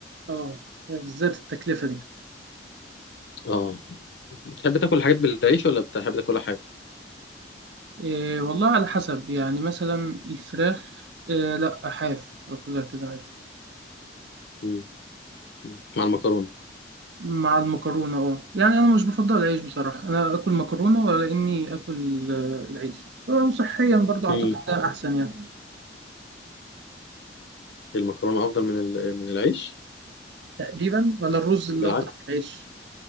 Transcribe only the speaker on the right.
أه بالذات التكلفة دي
إيه والله على حسب يعني مثلا الفراخ إيه لا حاف باكلها كده عادي
مع المكرونة اه يعني أنا مش بفضل العيش بصراحة أنا آكل مكرونة ولا إني آكل آه، العيش آه، وصحيا برضه أعتقد
ده أحسن يعني
تقريبا ولا الرز اللي
أفضل من العيش